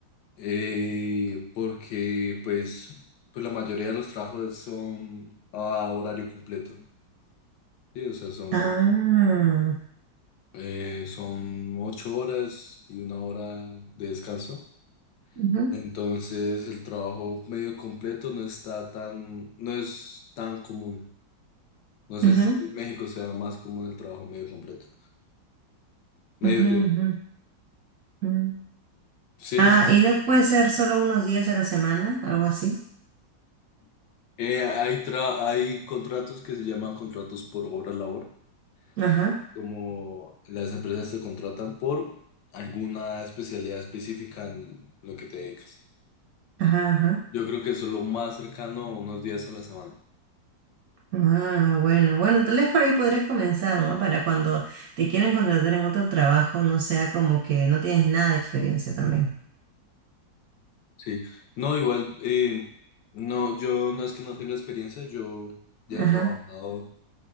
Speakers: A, on the left (about 75°); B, on the right (about 70°).
A: eh, porque pues, pues la mayoría de los trabajos son a horario completo, ¿sí? O sea, son
B: Ah,
A: como Eh, son ocho horas y una hora de descanso.
B: ujú,
A: Entonces el trabajo medio completo no está tan, no es tan común. No sé
B: ujú,
A: si en México sea más común el trabajo medio completo. Medio
B: ujú,
A: tiempo.
B: ujú, ujú.
A: Sí,
B: Ah,
A: es más.
B: y no puede ser solo unos días a la semana, algo así.
A: Eh, hay, tra- hay contratos que se llaman contratos por hora labor,
B: Ajá,
A: que es como las empresas te contratan por alguna especialidad específica en lo que te dedicas.
B: ajá, ajá.
A: Yo creo que eso es lo más cercano a unos días a la semana.
B: Ah, bueno, bueno, tal vez por ahí podrías comenzar, ¿no? Para cuando te quieran contratar en otro trabajo, no sea como que no tienes nada de experiencia también.
A: Sí, no, igual, eh, no, yo no es que no tenga experiencia, yo ya
B: Ajá.
A: he trabajado